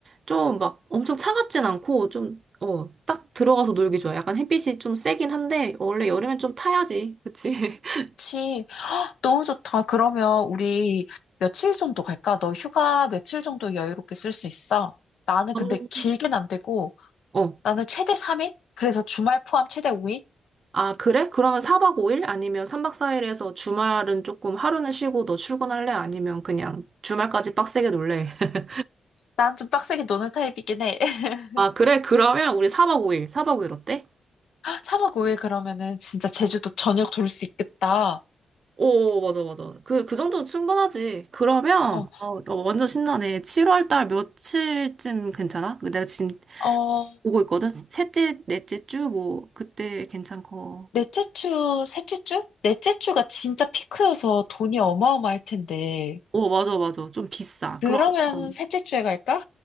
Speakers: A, on the right (about 45°); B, on the left (about 80°).
A: 좀 막 엄청 차갑진 않고 좀, 어, 딱 들어가서 놀기 좋아. 약간 햇빛이 좀 세긴 한데 원래 여름엔 좀 타야지. 그치? <laughs>
B: 그치. 너무 좋다. 그러면 우리 며칠 정도 갈까? 너 휴가 며칠 정도 여유롭게 쓸 수 있어? 나는
A: 음.
B: 근데 길게는 안 되고,
A: 어.
B: 나는 최대 3일? 그래서 주말 포함 최대 5일?
A: 아, 그래? 그러면 4박 5일 아니면 3박 4일에서 주말은 조금 하루는 쉬고 너 출근할래? 아니면 그냥 주말까지 빡세게 놀래? <laughs>
B: 난 좀 빡세게 노는 타입이긴 해. <laughs>
A: 아, 그래? 그러면 우리 4박 5일, 4박 5일 어때?
B: 3박 5일 그러면은 진짜 제주도 전역 돌 수 있겠다.
A: 오, 맞아, 맞아. 그, 그 정도면 충분하지. 그러면,
B: 어,
A: 어, 어, 완전 신나네. 7월 달 며칠쯤 괜찮아? 그 내가 지금
B: 어,
A: 보고 있거든? 셋째, 넷째 주, 뭐, 그때 괜찮고.
B: 넷째 주, 셋째 주? 넷째 주가 진짜 피크여서 돈이 어마어마할 텐데.
A: 오, 맞아, 맞아. 좀 비싸.
B: 그러면
A: 그러면,
B: 셋째 주에 갈까?